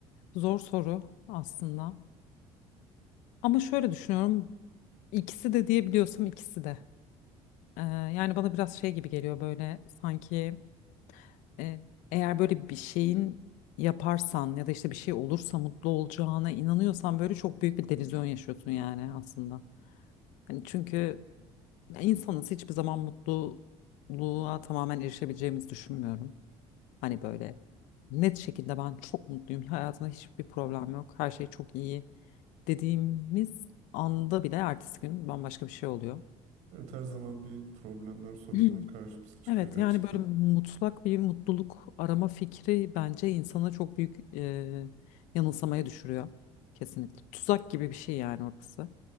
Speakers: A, on the left; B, on the right.
A: zor soru aslında. Ama şöyle düşünüyorum. İkisi de diyebiliyorsam ikisi de. Ee, yani bana biraz şey gibi geliyor böyle sanki e, eğer böyle bir şeyin yaparsan ya da işte bir şey olursa mutlu olacağına inanıyorsan böyle çok büyük bir delüzyon yaşıyorsun yani aslında. Hani çünkü insanız hiçbir zaman mutluluğa tamamen erişebileceğimizi düşünmüyorum. Hani böyle net şekilde ben çok mutluyum. Hayatımda hiçbir problem yok. Her şey çok iyi dediğimiz anda bile ertesi gün bambaşka bir şey oluyor.
B: Evet her zaman bir problemler sorunlar
A: <clears throat>
B: karşımıza çıkıyor
A: Evet yani
B: gerçekten.
A: böyle mutlak bir mutluluk arama fikri bence insana çok büyük e, yanılsamaya düşürüyor. Kesinlikle. Tuzak gibi bir şey yani orası.